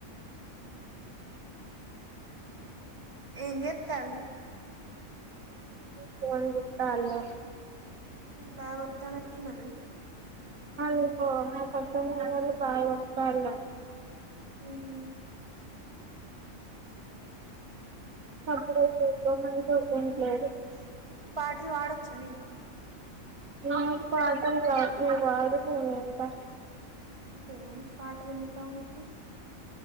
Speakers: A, on the right; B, on the right.
A: ఏం జెత్ తలు
B: ఫోన్ జుత్తన్లు
A: బావ వస్తానట్ ఉన్నాడు
B: <unintelligible>
A: ఉహు
B: అప్పుడ <unintelligible>
A: పాటలు పాడొచ్చా నీకూ
B: నాకు పాటలు రావు ను పడుకో నేన్ వింటా
A: అంతేనా పాటలు ఎందుకు రావు నీకు